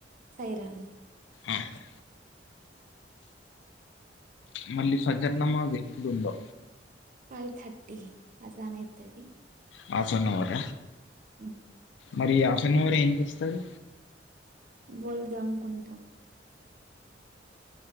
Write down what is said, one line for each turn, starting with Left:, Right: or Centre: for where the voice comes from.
Right: సైరాన్
Left: ఆహా మళ్ళీ సజరణమా ఎప్పుడోందో
Right: ఫైవ్ థర్టీ అదనే అవుతుది
Left: మాసనువర
Right: అ
Left: మరి ఆఫ్ అన్ అవర్ ఏం చేస్తారు
Right: బోలు దోమకుంటాం